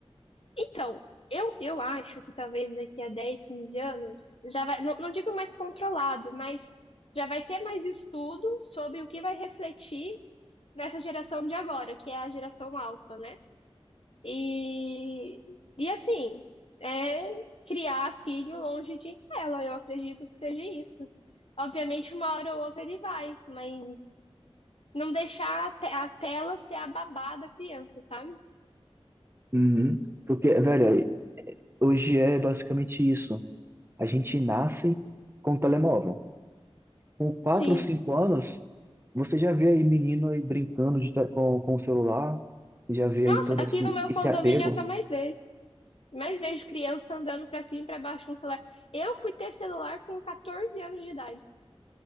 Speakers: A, on the left; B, on the right.
A: Então, eu, eu acho que talvez daqui a 10, 15 anos, já vai, não, não digo mais controlado, mas já vai ter mais estudo sobre o que vai refletir nessa geração de agora, que é a geração alfa, né? E, e assim, é criar filho longe de tela, eu acredito que seja isso. Obviamente, uma hora ou outra ele vai, mas não deixar a te- a tela ser a babá da criança, sabe?
B: Uhum. Porque, velho, hoje é basicamente isso. A gente nasce com telemóvel. Com quatro
A: Sim.
B: ou cinco anos, você já vê aí menino aí brincando de te- com, com o celular, já vê aí
A: Nossa,
B: todo
A: aqui
B: esse,
A: no meu
B: esse
A: condomínio
B: apego.
A: é o que eu mais vejo. Mais vejo criança andando pra cima e pra baixo com celular. Eu fui ter celular com 14 anos de idade.